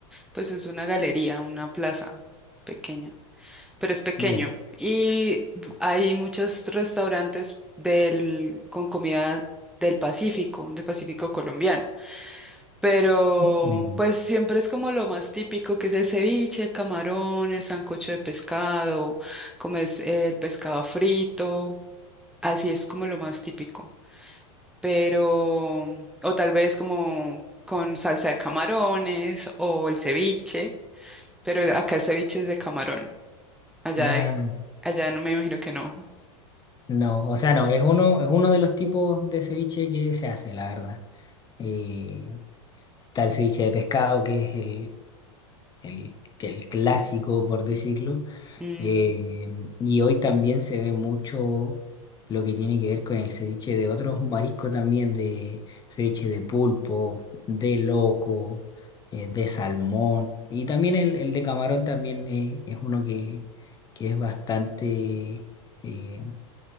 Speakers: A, in the centre; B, on the left.
A: pues es una galería, una plaza pequeña, pero es pequeño.
B: Ya.
A: Y b- hay muchos restaurantes del, con comida del Pacífico, del Pacífico colombiano. Pero
B: Mm.
A: pues siempre es como lo más típico, que es el ceviche, el camarón, el sancocho de pescado, como es el pescado frito, así es como lo más típico pero, o tal vez como con salsa de camarones o el ceviche, pero el- acá el ceviche es de camarón, allá,
B: Ah,
A: de- allá no me imagino que no.
B: no, o sea, no, es uno, es uno de los tipos de ceviche que se hace, la verdad. Eh, Está el ceviche de pescado, que es el, el, que el clásico, por decirlo.
A: Mm,
B: Eh, y hoy también se ve mucho lo que tiene que ver con el ceviche de otros mariscos también, de ceviche de pulpo, de loco, eh, de salmón. Y también el, el de camarón también es, es uno que, que es bastante eh,